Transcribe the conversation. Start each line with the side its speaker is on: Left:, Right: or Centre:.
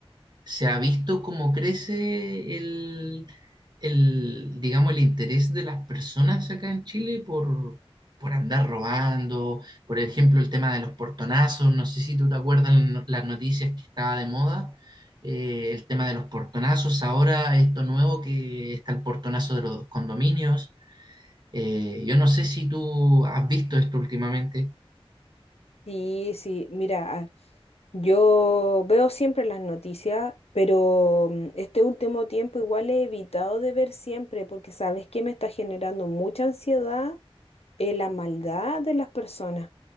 Right: se ha visto cómo crece el, el, digamos, el interés de las personas acá en Chile por, por andar robando, por ejemplo, el tema de los portonazos, no sé si tú te acuerdas no- las noticias que estaba de moda, eh, el tema de los portonazos, ahora esto nuevo que está el portonazo de los condominios, eh, yo no sé si tú has visto esto últimamente.
Left: Sí, sí, mira. Yo veo siempre las noticias, pero mm, este último tiempo igual he evitado de ver siempre porque sabes que me está generando mucha ansiedad eh, la maldad de las personas.